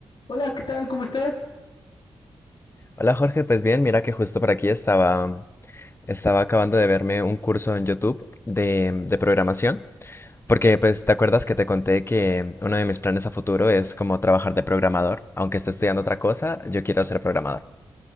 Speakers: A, on the left; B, on the left.
A: Hola, ¿qué tal? ¿Cómo estás?
B: Hola Jorge, pues bien, mira que justo por aquí estaba, estaba acabando de verme un curso en YouTube de, de programación, porque pues te acuerdas que te conté que uno de mis planes a futuro es como trabajar de programador, aunque esté estudiando otra cosa, yo quiero ser programador.